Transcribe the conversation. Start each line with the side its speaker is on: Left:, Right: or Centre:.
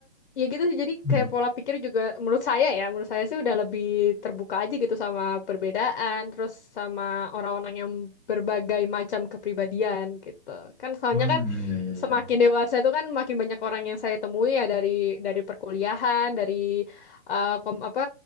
Left: ya gitu sih. Jadi
Centre: Hmm,
Left: kayak pola pikir juga menurut saya ya, menurut saya sih udah lebih terbuka aja gitu sama perbedaan, terus sama orang-orang yang berbagai macam kepribadian gitu. Kan soalnya
Centre: Hmm,
Left: kan
Centre: ya ya ya
Left: semakin dewasa itu kan makin banyak orang yang saya temui ya dari dari perkuliahan, dari eh, kom, apa